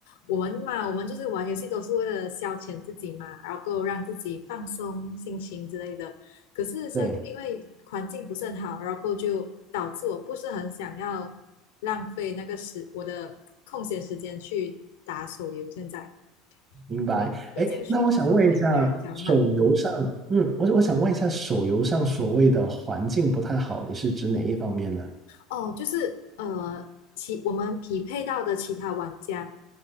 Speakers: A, on the left (about 85°); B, on the right (about 35°).
A: 我们嘛，我们就是玩游戏都是为了消遣自己嘛，然后过后让自己放松心情之类的。可是现在就因为环境不是很好，
B: 对，
A: 然后过后就导致我不是很想要浪费那个时我的空闲时间去打手游。现在
B: 明白。
A: 对，一进去就好像被人家骂。
B: 哎，那我想问一下，手游上，嗯，我我想问一下，手游上所谓的环境不太好，你是指哪一方面呢？
A: 哦，就是呃，其我们匹配到的其他玩家，